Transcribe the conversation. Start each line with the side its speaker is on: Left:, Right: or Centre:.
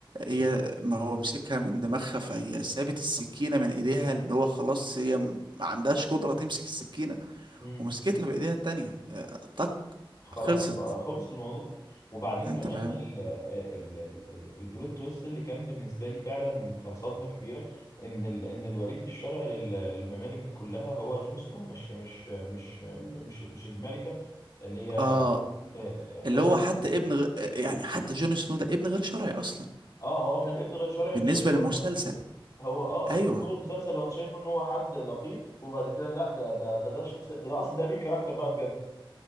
Right: هي ما هو مسكها من دماغها فهي سابت السكينه من ايديها ان هو خلاص هي م- ما عندهاش قدره تمسك السكينه
Left: امم
Right: ومسكتها بايديها التانيه آه، طق
Left: خلاص
Right: خلصت
Left: بقى خلص الموضوع وبعدين
Right: انت
Left: كمان
Right: فاهم
Left: ال ال ال البلوت تويست اللي كان بالنسبه لي فعلا كان صدمه كبيره ان ال ان الوريث الشرعي لل- للممالك دي كلها هو جون سنو مش مش مش مش مش الملكه اللي هي
Right: اه
Left: آه، آه،
Right: اللي
Left: فاهم
Right: هو حتى ابن غ... يعني حتى جون سنو ده ابن غير شرعي اصلا
Left: اه هو كان ابن غير شرعي
Right: بالنسبه
Left: مش شرط برضه
Right: للمسلسل
Left: هو اه
Right: ايوه
Left: آه، تخيل المسلسل هو انت شايفه ان هو حد لقيط وبعد كده لا ده ده ده ده الشخص ده, ده اصلا ده مين كاركتر بقى بجد